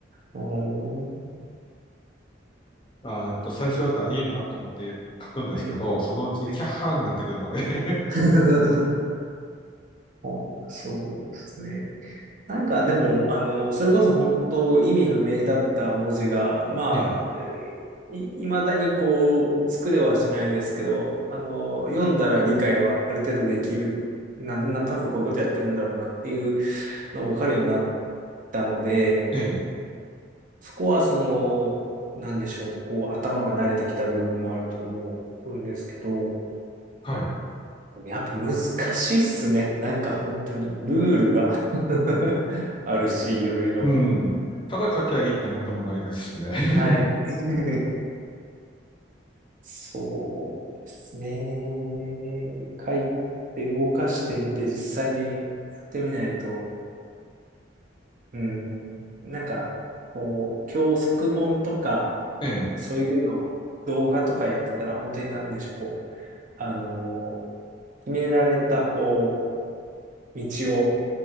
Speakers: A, on the right (about 45°); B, on the left (about 25°).
A: おー、
B: <laughs> あっと、最初はダリーなと思って書くんですけど、
A: はい。
B: そのうちキャッハーになってくるので。
A: はい。
B: <laughs>
A: <laughs> おそうですね。なんかでも、あの、それこそ本当意味不明だった文字が、まあ、
B: え
A: えーい、いまだにこう、作れはしないですけど、あの、読んだら理解はある程度できる、なん、なんとなくこういうことやってるんだろうなっていうの分かるようになったので、
B: え、ええ、
A: そこはその、なんでしょう、こう頭が慣れてきた部分もあると思うんですけど、
B: はい。
A: やっぱ難しいっすね。なんか本当にルールが <laughs> あるし、いろいろ。
B: うん。ただ書きゃいいってもんでもないですしね。<laughs>
A: はい。<laughs> そうですね。書いて動かしてみて実際にやってみないと、うん、なんかこう、教則本とか、
B: ええ、
A: そういうのを動画とかやってたら本当になんでしょう、こう、あの、決められた、こう、道を